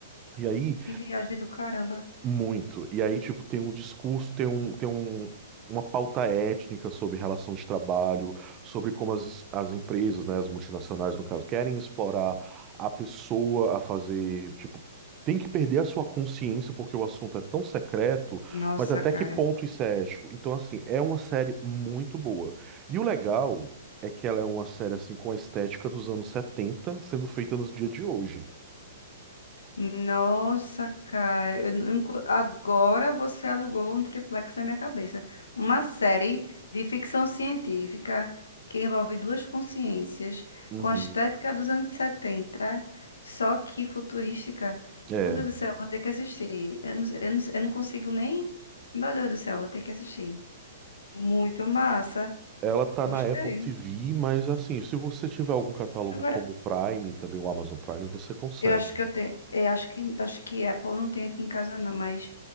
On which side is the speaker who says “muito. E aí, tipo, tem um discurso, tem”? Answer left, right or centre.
Right